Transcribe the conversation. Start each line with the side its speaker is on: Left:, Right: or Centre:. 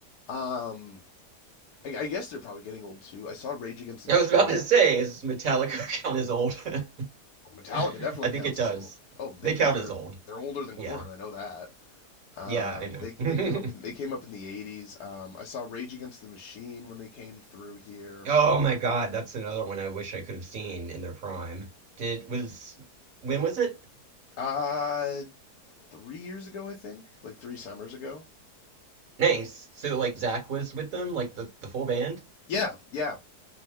Left: Um, I, I guess they're probably getting old too. I saw Rage Against the
Right: I
Left: Machine.
Right: was about to say, is Metallica <laughs> count as old? <laughs> <laughs>
Left: Oh, Metallica definitely
Right: I think
Left: counts
Right: it does.
Left: as old. Oh, they
Right: They
Left: def-
Right: count
Left: they're
Right: as old.
Left: they're older than
Right: Yeah.
Left: Corn. I know that. Um,
Right: Yeah, I know.
Left: they they came up in they
Right: <laughs>
Left: came up in the '80s. Um, I saw Rage Against the Machine when they came through here.
Right: Oh my God, that's another one I wish I could have seen in their prime. Did was when was it?
Left: Uh, three years ago, I think, like three summers ago.
Right: Nice. So like Zach was with them, like the the full band?
Left: Yeah, yeah.